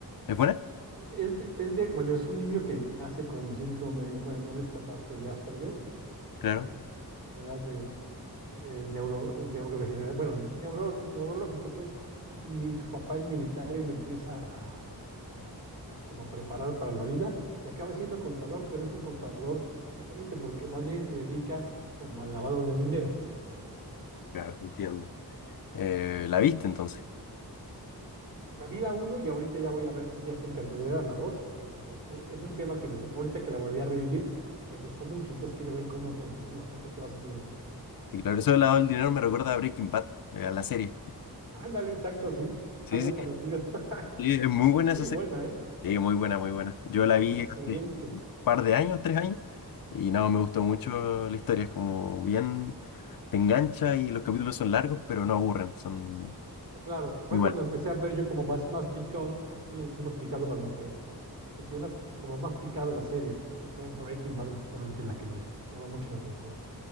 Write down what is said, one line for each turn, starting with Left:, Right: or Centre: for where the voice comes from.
Left: ¿Es buena?
Right: Es de, es de- bueno, es un niño que, que nace con síndrome, bueno, con esta parte de Asperger,
Left: Claro,
Right: este, enfermedad de eh, neuro, neurodegenerada, bueno, neuro, neurológica, pues, y su papá es militar y lo empieza a, a- a como a preparar para la vida y acaba siendo contador, pero es un contador diferente porque más bien se dedica como al lavado de dinero.
Left: claro, entiendo. Eh, ¿la viste entonces?
Right: La vi la 1 y ahorita ya voy a ver que ya está en cartelera la 2 porque pues, me- me- es un tema que me, ahorita que la volví a revivir me gustó mucho, entonces quiero ver cómo continúa, ¿no? Creo que va a ser muy interesante.
Left: Y claro, eso del lado del dinero me recuerda a Breaking Bad, eh, a la serie.
Right: <laughs> Ándale, exacto, sí,
Left: Sí,
Right: algo
Left: sí,
Right: parecido. <laughs>
Left: sí, es muy buena
Right: Muy
Left: esa serie.
Right: buena, ¿eh?
Left: Sí, muy buena, muy buena. Yo la vi
Right: Excelente.
Left: hace par de años, tres años, y no, me gustó mucho la historia, es como bien, te engancha y los capítulos son largos, pero no aburren, son
Right: No, claro, fue
Left: muy buenos.
Right: cuando empecé a ver yo como más, más picado, así le decimos picado cuando te ah, obsesionas, como más picado las series. Y fue Breaking Bad justamente la que me llamó mucho la atención.